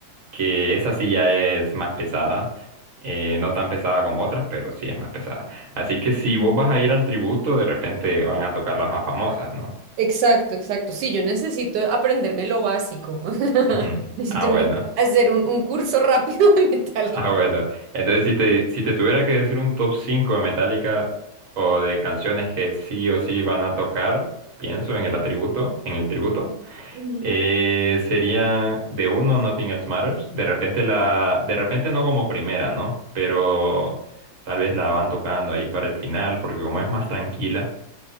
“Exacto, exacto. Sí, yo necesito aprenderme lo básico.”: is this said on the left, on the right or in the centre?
Right